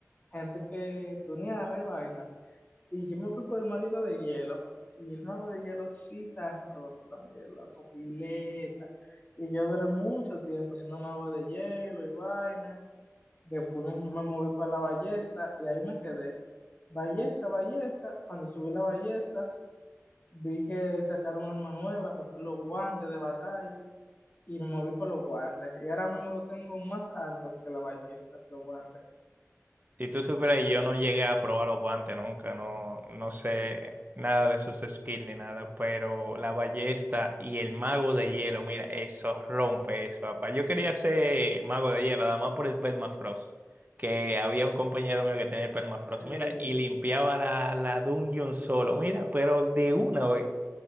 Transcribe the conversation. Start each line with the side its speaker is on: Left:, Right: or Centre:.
Left: gente que tuneara y vaina. Y yo me fui por el maguito de hielo. Y el mago de hielo sí está roto también, la copileta. Y yo duré mucho tiempo siendo mago de hielo y vaina. Después me, me moví para la ballesta y ahí me quedé. Ballesta, ballesta. Cuando subí las ballestas, vi que sacaron un arma nueva, que fue los guantes de batalla, y me moví por los guantes. Y ahora mismo lo tengo más altos que las ballestas, los guantes.
Right: Si tú supieras que yo no llegué a probar los guantes nunca, no, no sé nada de sus skills ni nada, pero la ballesta y el mago de hielo, mira, eso rompe eso, papá. Yo quería ser mago de hielo, además por el permafrost, que había un compañero mío que tenía el permafrost,
Left: Sí,
Right: mira, y limpiaba la, la dungeon solo, mira, pero de una vez,